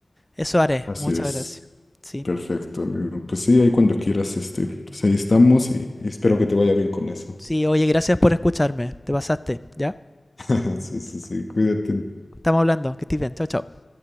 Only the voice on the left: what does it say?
así
es.
Perfecto, amigo. Pues sí, ahí cuando quieras, este, pues ahí estamos y y espero que te vaya bien con eso.
<laughs> Sí, sí, sí, cuídate.